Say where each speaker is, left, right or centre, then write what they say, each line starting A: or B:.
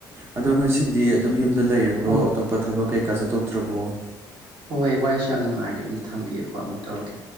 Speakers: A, on the right (about 30°); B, on the right (about 70°).
A: ꯑꯗꯨ ꯉꯁꯤꯗꯤ ꯑꯗꯨꯝ ꯌꯨꯝꯗ ꯂꯩꯔꯕ ꯕ꯭ꯔꯣ
B: ꯍꯣ
A: ꯑꯇꯣꯞꯄ ꯊꯕꯛ ꯀꯩꯀꯥ ꯆꯠꯊꯣꯛꯇ꯭ꯔꯕꯣ
B: ꯍꯣ ꯍꯣꯏ ꯋꯥꯔꯤꯁꯨ ꯌꯥꯝ ꯅꯨꯉꯥꯏꯔꯤ ꯑꯝꯇ ꯊꯝꯒꯤꯒꯦꯀꯣ ꯑꯃꯨꯛ ꯇꯧꯔꯛꯀꯦ